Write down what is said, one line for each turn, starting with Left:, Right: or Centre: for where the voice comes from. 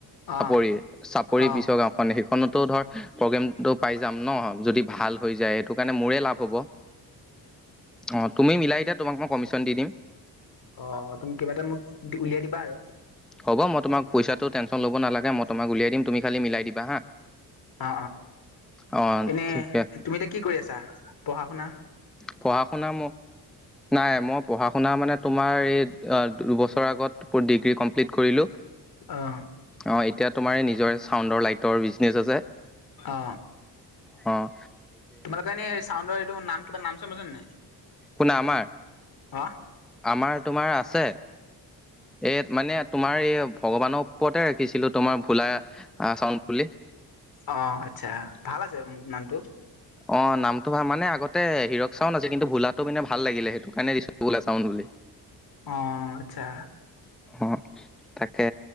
Centre: চাপৰি,
Left: অ',
Centre: চাপৰি
Left: অ'
Centre: পিছৰ গাওখনে সেইখনতো ধৰ প্ৰগ্ৰেমটো পাই ন যদি ভাল হৈ যায় সেইটো কাৰণে মোৰে লাভ হ'ব, অ। তুমি মিলাই এ দিয়া তোমাক মই কমিশ্যন দি দিম।
Left: অ তুমি কিবা এটা মোক উলিয়াই দিবা আৰু।
Centre: হব' মই তোমাক পইচাটো টেনচন ল'ব নালাগে মই তোমাক উলিয়াই দিম তুমি খালি মিলাই দিবা হা?
Left: অ,
Centre: অ
Left: এনে
Centre: ঠিকে
Left: তুমি এতিয়া কি কৰি আছা? পঢ়া শুনা
Centre: পঢ়া শুনা মোক নাই মই পঢ়া -শুনা মানে তোমাৰ এই দুবছৰৰ আগত ডিগ্ৰী কমপ্লিট কৰিলো।
Left: আহ।
Centre: অ এতিয়া তোমাৰ নিজৰ চাউণ্ডৰ লাইটৰ বিজনেচ আছে।
Left: অ।
Centre: অ।
Left: তোমালোকৰ এনেই চাউনডৰ এইটো নাম কিবা নাম আছে নাই?
Centre: কোনা আমাৰ?
Left: অ
Centre: আমাৰ তোমাৰ আছে এ মানে তোমাৰ এই ভগৱানৰ পতে ৰাখিছিলো তোমাৰ ভোলা আহ চাউল বুলি
Left: অ আচ্ছা, ভাল আছে নামটো।
Centre: অ নামটো ভাল মানে আগতে হিৰক চাওন আছিল কিন্তু ভোলাটো মানে ভাল লাগিলে সেইটো কাৰণে দিছো ভোলা চাওন বুলি। <unintelligible>
Left: অ আচ্ছা।
Centre: অ তাকে